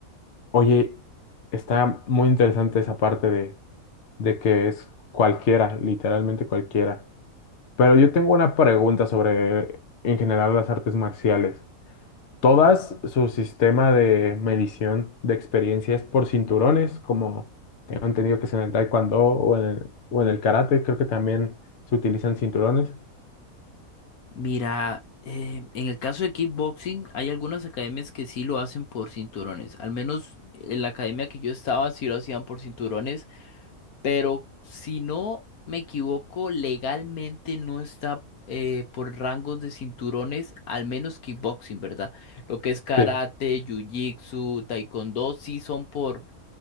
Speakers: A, on the left; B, on the left.
A: Oye, está muy interesante esa parte de, de que es cualquiera, literalmente cualquiera. Pero yo tengo una pregunta sobre, en general, las artes marciales. ¿Todas su sistema de medición de experiencia es por cinturones, como tengo entendido que es en el taekwondo o en el, o en el karate? Creo que también se utilizan cinturones.
B: Mira, eh, en el caso de kickboxing, hay algunas academias que sí lo hacen por cinturones. Al menos en la academia que yo estaba sí lo hacían por cinturones, pero si no me equivoco, legalmente no está eh, por rangos de cinturones, al menos kickboxing, ¿verdad? Lo que es karate,
A: Sí,
B: jiu-jitsu, taekwondo, sí son por,